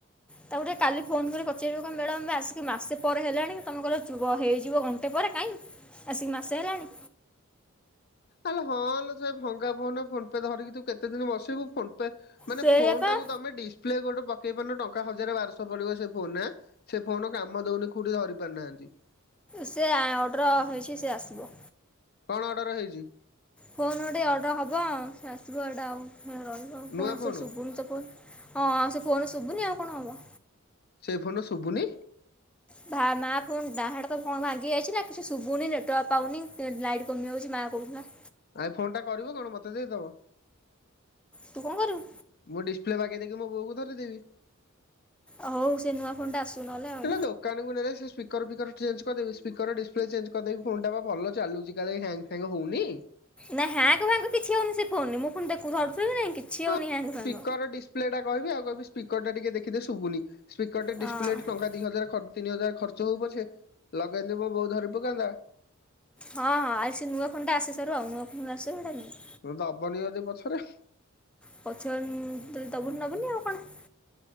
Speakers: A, in the centre; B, on the left.
A: ତାକୁ ଟିକେ କାଲି ଫୋନ କରି ପଚାରିବ କି ମ୍ୟାଡାମ ଆସିକି ମାସେ ପରେ ହେଲାଣି ତମେ କଇଲ ଯେ ହେଇଯିବ ଘଣ୍ଟେ ପରେ କାଇଁ ଆସିିକି ମାସେ ହେଲାଣି।
B: ଆଲୋ ହଁ ଲୋ ସେ ଭଙ୍ଗା ଫୋନରେ ଫୋନପେ ଧରିକି ତୁ କେତେ ଦିନ ବସିବୁ ଫୋନ ପେ ମାନେ
A: ସେଇଆ
B: ଫୋନଟାକୁ
A: ପା
B: ତମେ ଡିସପ୍ଲେ ଗୋଟେ ପକେଇ ପାରୁନ ଟଙ୍କା ହଜାର ବାରଶହ ପଡିବ ସେ ଫୋନରେ ମା ସେ ଫୋନ କାମ ଦଉନି ଖୁଡି ଧରି ପାରୁନାହାନ୍ତି।
A: ସେ ଆ ଅର୍ଡ଼ର ହେଇଛି ସେ ଆସିବ।
B: କଣ ଅର୍ଡର ହେଇଛି?
A: ଫୋନ ଗୋଟେ ଅର୍ଡର ହବ ସେ ଆସିବ ଏଇଟା ଆଉ ରହିବ ଆଉ
B: ନୂଆ
A: କଣ
B: ଫୋନ।
A: ସେ ଶୁଭୁନିତ ଫୋନ ହଁ ଆଉ ସେ ଫୋନ ଶୁଭୁନି ଆଉ କଣ ହବ?
B: ସେଇ ଫୋନରେ ଶୁଭୁନି?
A: ଭା ମା ଫୋନ ଟା ହେଟା ତ କଣ ଭାଙ୍ଗି ଯାଇଛି ନା କିଛି ଶୁଭୁନି ନେଟୱାର୍କ ପାଉନି ଲାଇଟ୍ କମି ଯାଉଛି ମା କହୁଥିଲା।
B: ଆଇ ଫୋନଟା କରିବ କଣ ମତେ ଦେଇଦବ।
A: ତୁ କଣ କରିବୁ?
B: ମୁଁ ଡିସପ୍ଲେ ବାଗେଇ ଦେଇକି ମୋ ବୋଉକୁ ଧରେଇ ଦେବି।
A: ଓ ହଉ ସେ ନୂଆ ଫୋନଟା ଆସୁ ନହେଲେ ଆଉ।
B: <unintelligible> କାନୁକୁ ନେଲେ ସିଏ ସ୍ପିକର ଫିକର ଚେଞ୍ଜ କରିଦେମି ସ୍ପିକର ଡିସପ୍ଲେ ଚେଞ୍ଜ କରିଦେବି ଫୋନଟା ବା ଭଲ ଚାଲୁଚି କାଳେ ହ୍ୟାଙ୍ଗ୍ ହ୍ୟାଙ୍ଗ୍ ହଉନି।
A: ନାଁ ହ୍ୟାଙ୍ଗ୍ ଭାଙ୍ଗ କିଛି ହଉନି ସେ ଫୋନରେ ମୁଁ ଫୁଣି ଦେଖୁ ଧରୁଥିଲି ନା ନାଇଁ କିଛି କି ହେଉନି
B: ହଁ
A: ହ୍ୟାଙ୍ଗ ଫ୍ୟାଙ୍ଗ।
B: ସ୍ପିକର ଡିସପ୍ଲେଟା କହିବି ଆଉ କହିବି ସ୍ପିକରଟା ଟିକେ ଦେଖିଦେ ଶୁବୁନି। ସ୍ପିକରଟେ
A: ହଁ
B: ଡିସପ୍ଲେଟେ ଟଙ୍କା ଦି ହଜାର ଖ ତିନି ହଜାର ଖର୍ଚ ହଉ ପଛେ ଲଗେଇନେ ମୋ ବୋଉ ଧରି ପକାନ୍ତା।
A: ହଁ ହଁ ଆଇ ସେ ନୂଆ ଫୋନଟା ଆସି ସାରୁ ଆଉ ନୂଆ ଫୋନ୍ ଆସିସାରୁ ଏଇଟା ନେଇ
B: ତୁମେ ଦବନି ଯଦି ପଛରେ।
A: ପଛରେ ଉଁ ଯଦି ଦବୁନି ନବୁନି ଆଉ କଣ।